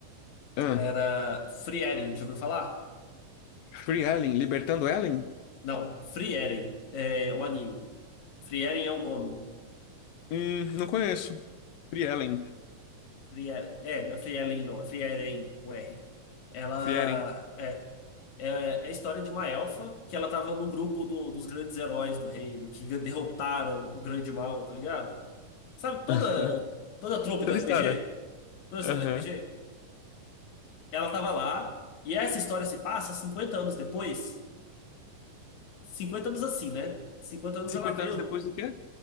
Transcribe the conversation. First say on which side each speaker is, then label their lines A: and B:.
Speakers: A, on the left; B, on the left.
A: Ah,
B: era Free Eren, já ouviu falar?
A: Free Ellen, Libertando Ellen?
B: Não, Free Eren é um anime. Free Eren é o nome.
A: Hum, não conheço. Free Ellen.
B: Free Eren. É, não é Free Eren, não, é Free Eren com R. Ela
A: Free Ellen.
B: é, é, é a história de uma elfa que ela tava no grupo do- dos grandes heróis do reino, que derrotaram o grande mal, tá ligado? Sabe toda,
A: <laughs>
B: toda a trope
A: Toda
B: do RPG?
A: história.
B: Toda a história
A: Aham.
B: do RPG? Ela estava lá, e essa história se passa 50 anos depois. cinquenta anos assim, né? 50 anos
A: cinquenta
B: ela vê.
A: anos
B: o-
A: depois do quê?